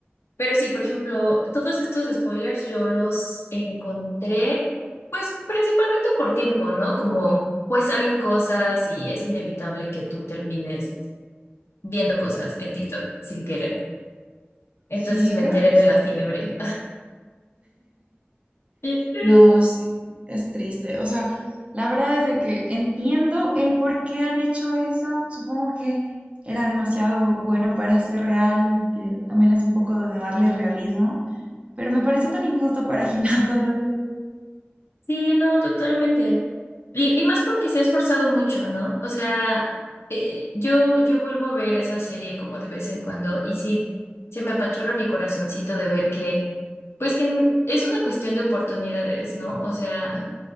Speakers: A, on the left (about 80°); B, on the right (about 30°).
A: Pero sí, por ejemplo, todos estos spoilers yo los encontré, pues principalmente por tiempo, ¿no? Como pues salen cosas y es inevitable que tú termines viendo cosas en TikTok sin querer. Entonces
B: Sí,
A: me
B: creo
A: enteré
B: que
A: de
B: es-
A: la fiebre. <laughs>
B: No no sé. Es triste. O sea, la verdad es de que entiendo el por qué han hecho eso. Supongo que era demasiado bueno para ser real y que también es un poco de darle realismo. Pero me pareció tan injusto para <laughs> Hinata, la verdad.
A: Sí, no, totalmente. Y, y más porque se ha esforzado mucho, ¿no? O sea, eh, yo, yo vuelvo a ver esa serie como de vez en cuando y sí, se me apachorra mi corazoncito de ver que, pues que n- es una cuestión de oportunidades, ¿no? O sea,